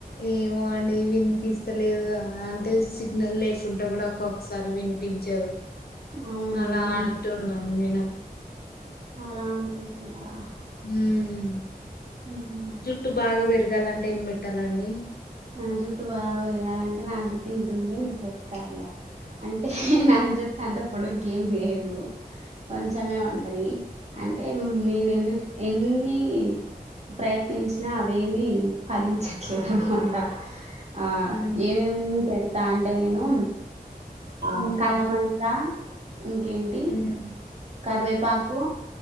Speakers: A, on the left (about 75°); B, on the right (about 45°).
A: ఏమో అండి వినిపిస్తలేదు అంటే సిగ్నల్ లేకుండా కూడా ఒక్కొక్కసారి వినిపించదు
B: అవునా
A: అలా
B: నేను
A: అంటున్నాను నేను
B: అలా అనుకుంటున్నారా
A: హ్మ్
B: ఉమ్.
A: జుట్టు బాగా పెరగాలంటే ఏం పెట్టాలండి
B: నా జుట్టు బాగా పెరగాలంటే నా జుట్టు ఇంత ఉంది నీకు చెప్తా ఇలా అంటే నా జుట్టు అంత పొడుగ్గేం లేదు కొంచెమే ఉంటది అంటే నేను ఎన్ని ఎన్ని ప్రయత్నించినా అవేమీ ఫలించట్లేదనమాట ఆ
A: ఉమ్
B: ఏమేం పెడతా అంటే నేను ఆ
A: ఉమ్
B: కలమ దా ఇంకేం టీ
A: ఉమ్
B: కరివేపాకు